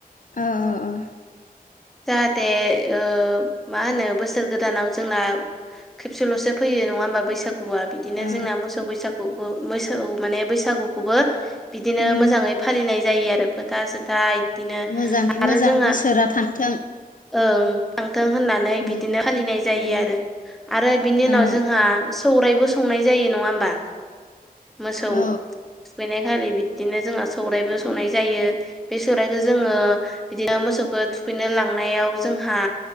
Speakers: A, on the left; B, in the centre.
A: अ' अ' अ'
B: जाहाथे ओ मा होनो बोसोर गोदानाव जोंना खेबसेल'सो फैयो नङा होमबा बैसागु गुआ बिदिनो
A: औ ओ
B: जोंना मोसौ बैसागुखौ मोसौ माने बैसागुखौबो बिदिनो
A: उम
B: मोजाङै फालिनाय जायो आरो। <unintelligible> इदिनो
A: मोजाङै
B: आरो
A: मोजां
B: जोंहा
A: बोसोरा थांथों
B: ओं थांथों होननानै
A: उम
B: बिदिनो फालिनाय जायो
A: ओ
B: आरो। आरो बिनि उनाव
A: ओ
B: जोंहा सौरायबो संनाय जायो नङा होमबा? मोसौ
A: औ
B: थुखैनाय खालि बिदिनो जोंहा सौरायबो सौनाय जायो बे सौराइखौ जोङो बिदिनो मोसौखौ थुखैनो लांनायाव जोंहा